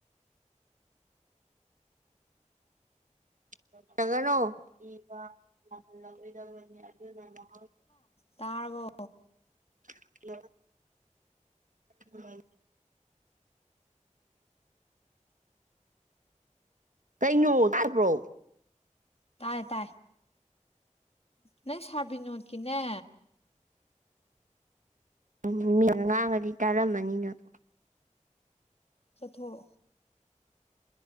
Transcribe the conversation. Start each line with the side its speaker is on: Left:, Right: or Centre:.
Right: <unintelligible>
Left: ꯇꯥꯔꯕꯣ
Right: <unintelligible> ꯀꯩꯩꯅꯣ ꯇꯥꯕ꯭ꯔꯣ
Left: ꯇꯥꯏ ꯇꯥꯏ ꯅꯪ ꯁꯔ ꯕꯤꯅꯣꯠꯀꯤꯅꯦ
Right: ꯎꯝ ꯃꯤ ꯉꯥꯡꯉꯗꯤ ꯇꯥꯔꯝꯃꯅꯤ ꯅꯪ
Left: ꯊꯣꯛꯂꯣ